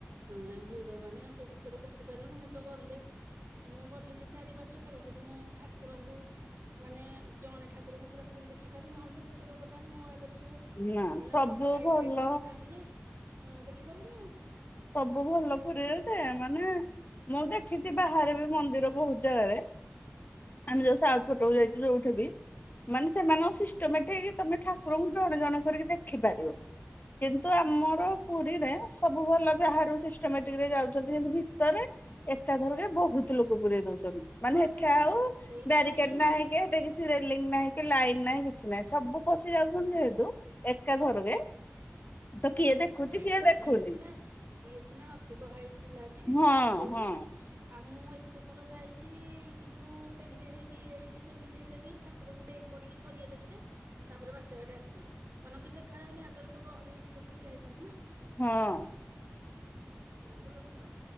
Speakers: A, on the right; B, on the left.
A: ନହେ ନାଇଁ ଭିଡ ମାନେ ତୁ ଭିତରୁ ପଶି ପାରିବୁନୁ ମୁଁ ତ ଗଲେ ମୁଁ ଗଲିଣି ଚାରି ପାଞ୍ଚ ଥର କିନ୍ତୁ ମୁଁ ଠାକୁରଙ୍କୁ? ମାନେ ଜଣେ ଠାକୁରଙ୍କୁ ପୁରା ଫୁଲ ଦେଖିପାରେ ନହେଲେ ତ ଏତେ ଲୋକ ଥାନ୍ତି ମୋ ଆଗରେ ସବୁ?
B: ନା
A: ମାନେ
B: ସବୁ
A: ଅଧିକ ହାଇଟ୍
B: ଭଲ
A: ହାଇଟ୍ ଲୋକ ଥାନ୍ତି ଯେ ଦେଖିପାରେନି ଆଉ?
B: ସବୁ ଭଲ ପୁରୀରେ ଜେ ମାନେ ମୁଁ ଦେଖିଚି ବାହାରେ ବି ମନ୍ଦିର ବୋହୁତ୍ ଜାଗାରେ ଆମେ ଯୋଉ ସାଉ ଫୋଟୋକୁ ଯାଇଥିଲୁ ଯୋଉଠି ବି ମାନେ ସେମାନଙ୍କ ସିଷ୍ଟମେଟିକ ତମେ ଠାକୁରଙ୍କୁ ଜଣେ ଜଣେ କରିକି ଦେଖିପାରିବ? କିନ୍ତୁ ଆମର ପୁରୀରେ ସବୁ ଭଲ ବାହାରୁ ସିଷ୍ଟମେଟିକରେ ଯାଉଚନ୍ତି କିନ୍ତୁ ଭିତରେ ଏକାଥରକେ ବୋହୁତ ଲୋକ ପୁରରେଇ ଦୋଉଚନ୍ତି। ମାନେ
A: ହଁ
B: ହେଠା
A: ନାଇଁ ସେ
B: ଆଉ
A: ସେଇଥିପାଇଁ
B: ବ୍ୟାରିକେଟେ ନାହିଁ କି ହେଟା କି ରେଲିଙ୍ଗ୍ ନାହିଁ କି ଲାଇନ୍ ନାହିଁ କିଛି ନାହିଁ ସବୁ ପଶି ଯାଉଚନ୍ତି ଯେହେତୁ ଏକାଥରକେ? ତ କିଏ ଦେଖୁଚି
A: ତାପରେ ନାଇଁ
B: କିଏ ଦେଖୁନି।
A: ଯିଏ ସିନା ଯିଏ ସିନା ଅଧିକ ହାଇଟ୍ ପିଲା ଅଛି
B: ହଁ
A: ସେ ଦେଖି ଦୋଉଚି?
B: ହଁ
A: ଆଉ ମୁଁ ଏତେଥର ଯାଇଚି କିନ୍ତୁ ଟେଙ୍କେ ହେଇକି ଇଏ ହେଇକି ଯେମିତି ହେଲେ ବି ଠା କୁ ରୁଙ୍କୁ ଡେଇଁ ପଡିକି ଥରିଏ ଦେଖେ? ତାପରେ ବାଟେ ବାଟେ ଆସେ କାରଣ କି ଦେଖାଯାଏନି ଆଗରେ ତ ଗହଳି ହେଇକି ଲୋକ ଠିଆ ହେଇଥାନ୍ତି ନା?
B: ହଁ।
A: ମକରକୁଣ୍ଡ?